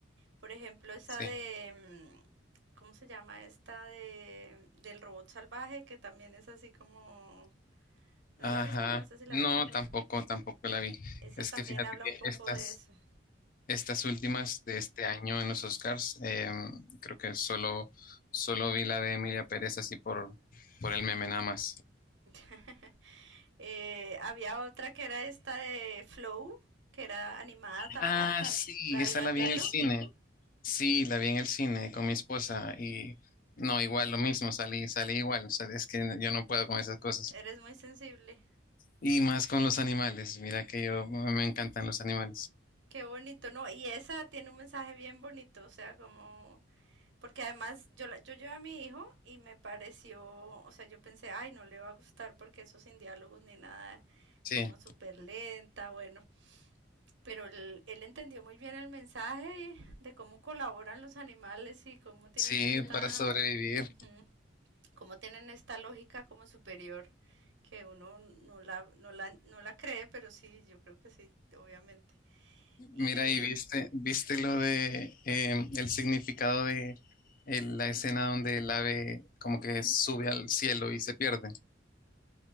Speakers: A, on the right; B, on the left.
A: Por ejemplo, esa
B: Sí.
A: de, mm, ¿cómo se llama? Esta de, del robot salvaje, que también es así como, ¿no
B: Ajá.
A: la viste? No sé si la
B: No,
A: viste.
B: tampoco, tampoco la vi.
A: Esa
B: Es
A: también
B: que fíjate
A: habla
B: que
A: un poco
B: estas,
A: de eso.
B: estas últimas de este año en los Oscars, eh, creo que solo, solo vi la de Emilia Pérez así por, por el meme nada más.
A: <laughs> Eh, había otra que era esta de Flow, que era animada también,
B: Ah, sí,
A: la
B: esa
A: del gatito.
B: la vi en el cine. Sí, la vi en el cine con mi esposa y no, igual lo mismo, salí, salí igual, o sea, es que no- yo no puedo con esas cosas.
A: Eres muy sensible.
B: Y más con los animales, mira que yo me encantan los animales.
A: Qué bonito, ¿no? Y esa tiene un mensaje bien bonito, o sea, como Porque además yo, la- yo llevé a mi hijo y me pareció, o sea, yo pensé, ay, no le va a gustar porque eso sin diálogos ni nada,
B: Sí,
A: como súper lenta, bueno, pero él, él entendió muy bien el mensaje de cómo colaboran los animales y cómo tienen
B: sí,
A: esta,
B: para sobrevivir.
A: ujú, cómo tienen esta lógica como superior que uno no la, no la, no la cree, pero sí, yo creo que sí, obviamente. y
B: Mira, y viste, viste lo de eh, el significado de el- la escena donde el ave como que sube al cielo y se pierde.